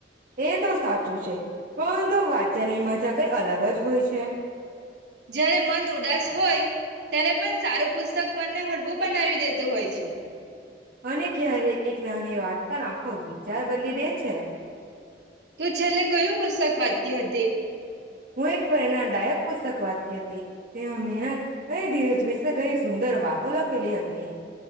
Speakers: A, on the right; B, on the right.
A: એ તો સાચું છે પરંતુ વાચનની મજા કઈ અલગ જ હોય છે.
B: જયારે મન ઉદાસ હોય ત્યારે પણ સારું પુસ્તક મને હળવું બનાવી દેતું હોય છે.
A: અને ક્યારે એક એક નાની વાત પણ આખો વિચાર બદલી દે છે.
B: તું છેલ્લે કયું પુસ્તક વાંચતી હતી.
A: હું એક પ્રેરણાદાયક પુસ્તક વાંચતી હતી. તેમાં મહેનત કરી ધીરજ વિશે ઘણી સુંદર વાતો લખેલી હતી.